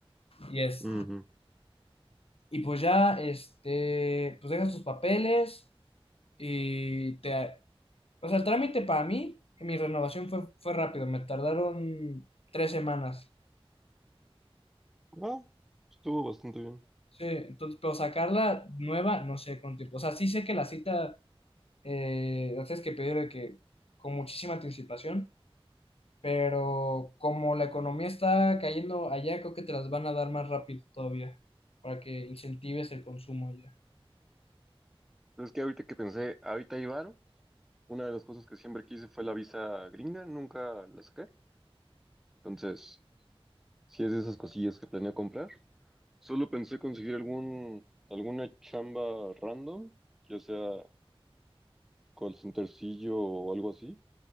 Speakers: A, on the left; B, in the centre.
A: Y es
B: ujú.
A: Y pues ya, este, pues dejas tus papeles y te... O sea, el trámite para mí, mi renovación fue, fue rápido, me tardaron tres semanas.
B: Ah, estuvo bastante bien.
A: Sí, entonces, pero sacarla nueva, no sé cuánto tiempo. O sea, sí sé que la cita, eh, la tienes que pedir de que con muchísima anticipación, pero como la economía está cayendo allá, creo que te las van a dar más rápido todavía, para que incentives el consumo allá.
B: Es que ahorita que pensé, ahorita hay varo, una de las cosas que siempre quise fue la visa gringa, nunca la saqué. Entonces, si es de esas cosillas que planeo comprar, solo pensé conseguir algún, alguna chamba random, ya sea call centercillo o algo así